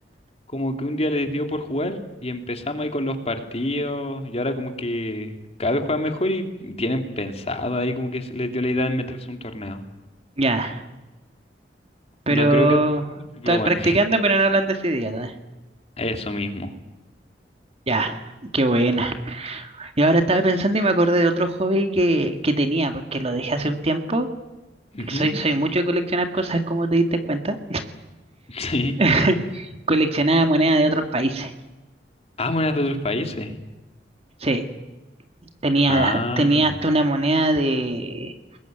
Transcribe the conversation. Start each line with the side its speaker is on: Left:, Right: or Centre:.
Left: como que un día les dio por jugar y empezamos ahí con los partidos y ahora como que cada vez juegan mejor y tienen pensado ahí como que se les dio la idea de meterse a un torneo.
Right: Ya. Pero
Left: No creo que dure mucho,
Right: están
Left: pero bueno,
Right: practicando,
Left: <laughs>
Right: pero no lo han decidido todavía.
Left: eso mismo.
Right: Ya, qué buena. Y ahora estaba pensando y me acordé de otro hobby que, que tenía, porque lo dejé hace un tiempo.
Left: Ujú.
Right: Soy,
Left: <laughs>
Right: soy mucho de coleccionar cosas, como te diste cuenta.
Left: Sí.
Right: <laughs> Coleccionaba monedas de otros países.
Left: Ah, monedas de otros países.
Right: Sí, tenía,
Left: Ah,
Right: tenía hasta una moneda de,